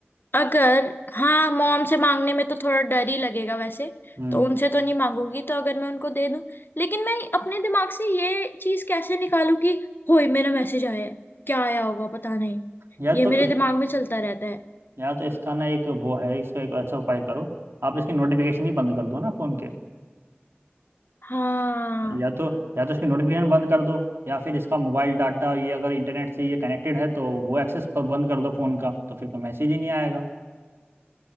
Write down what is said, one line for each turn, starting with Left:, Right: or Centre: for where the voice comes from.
Left: अगर हाँ मॉम से मांगने में तो थोड़ा डर ही लगेगा वैसे
Right: हम्म।
Left: तो उनसे तो नहीं मांगूंगी तो अगर मैं उनको दे दूं लेकिन मैं अपने दिमाग से ये चीज कैसे निकालूं कि होय मेरा मैसेज आया है क्या आया होगा पता नहीं
Right: यार
Left: ये
Right: तो
Left: मेरे दिमाग में चलता रहता है
Right: या तो इसका ना एक वो है इसका एक अच्छा उपाय करो आप इसकी नोटिफिकेशन ही बंद कर दो ना फ़ोन के
Left: हाँ
Right: या तो या तो इसकी नोटिफिकेशन बंद कर दो या फिर इसका मोबाइल डाटा ये अगर इंटरनेट से ये कनेक्टेड है तो वो एक्सेस पर बंद कर दो फ़ोन का तो फिर कोई मैसेज ही नहीं आएगा